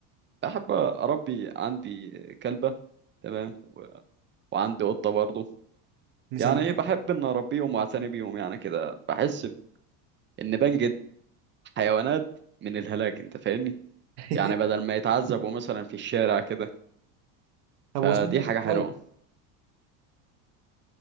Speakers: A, on the right; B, on the right.
A: بحب اربي عندي كلبة تمام و... وعندي قطة برضه
B: مسميها
A: يعني ايه بحب ان اربيهم واعتني بيهم يعني كده بحس ان إن بنجد حيوانات من الهلاك انت فاهمني
B: <laughs>
A: يعني بدل ما يتعذبوا مثلا في الشارع كده
B: طب
A: فدي
B: واسمها
A: حاجة
B: ايه
A: حلوة
B: طيب